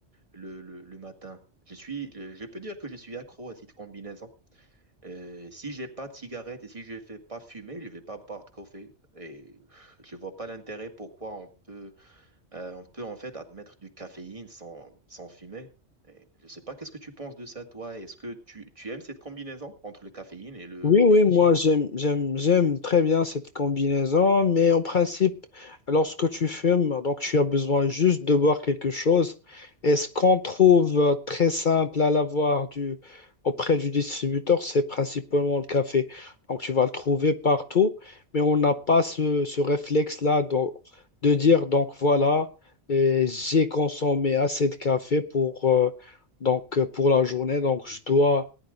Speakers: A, on the right (about 30°); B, on the left (about 50°).
A: le, le, le matin. Je suis, je, je peux dire que je suis accro à cette combinaison. Euh, si j'ai pas de cigarette et si je vais pas fumer, je vais pas boire de café. Et je vois pas l'intérêt pourquoi on peut euh, on peut en fait admettre du caféine sans, sans fumer. Et je ne sais pas, qu'est-ce que tu penses de ça, toi? Est-ce que tu, tu aimes cette combinaison entre le caféine et le,
B: Oui,
A: le
B: oui,
A: nicotine?
B: moi j'aime, j'aime, j'aime très bien cette combinaison, mais en principe, lorsque tu fumes, donc tu as besoin juste de boire quelque chose. Et ce qu'on trouve euh, très simple à l'avoir du, auprès du distributeur, c'est principalement le café. Donc tu vas le trouver partout, mais on n'a pas ce, ce réflexe-là de, de dire, donc voilà, et j'ai consommé assez de café pour, euh, donc, euh, pour la journée, donc je dois